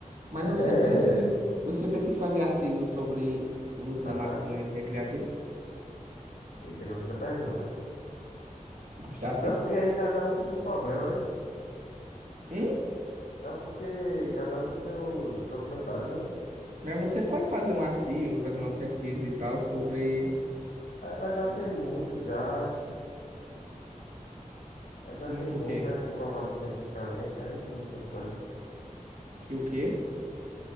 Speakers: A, on the right; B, on the left.
A: Mas
B: <laughs>
A: você pensa em, você pensa em fazer artigos sobre o uso
B: Maconha?
A: da maconha recreativa?
B: Eita, gostei da pergunta.
A: Gostasse?
B: Não, porque aí cada um com seus problemas, né?
A: Hum?
B: Não, porque cada um com seus documentários, né?
A: Mas você pode fazer um artigo, fazer uma pesquisa e tal sobre,
B: É, mas
A: sobre
B: já tem muito, já. É, já
A: muito
B: tem muito,
A: o quê?
B: é comprovado cientificamente, né? Tem Muitas coisas.
A: Que o quê?